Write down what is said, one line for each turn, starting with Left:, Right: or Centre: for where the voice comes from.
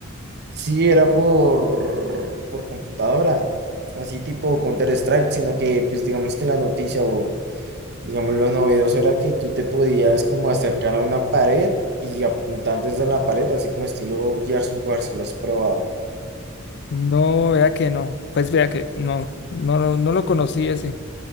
Right: Sí, era por, por computadora, así tipo Counter-Strike, sino que pues digamos que la noticia o digamos lo novedoso era que tú te podías como acercar a una pared y apuntar desde la pared, así como estilo Gears of War, si lo has probado.
Left: No, vea que no. Pues vea que no, no, lo- no lo conocí ese.